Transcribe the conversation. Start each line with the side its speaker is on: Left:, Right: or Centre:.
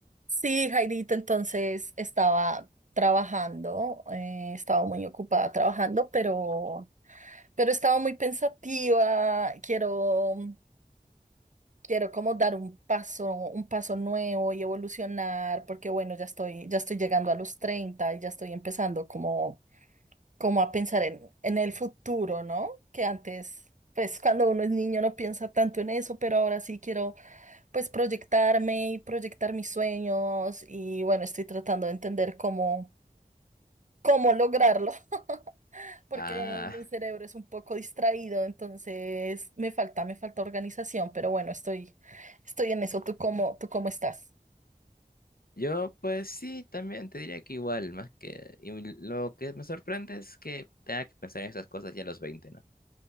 Right: Sí, Jairito, entonces estaba trabajando, eh, estaba muy ocupada trabajando, pero, pero estaba muy pensativa. Quiero, quiero como dar un paso, un paso nuevo y evolucionar, porque bueno, ya estoy, ya estoy llegando a los 30 y ya estoy empezando como como a pensar en, en el futuro, ¿no? Que antes, pues cuando uno es niño no piensa tanto en eso, pero ahora sí quiero pues proyectarme y proyectar mis sueños y bueno, estoy tratando de entender cómo, cómo lograrlo, <laughs> porque
Left: Ah,
Right: mi cerebro es un poco distraído, entonces me falta, me falta organización, pero bueno, estoy, estoy en eso. ¿Tú cómo, tú cómo estás?
Left: yo pues sí, también te diría que igual, más que... Y lo que me sorprende es que tenga que pensar en esas cosas ya a los 20, ¿no?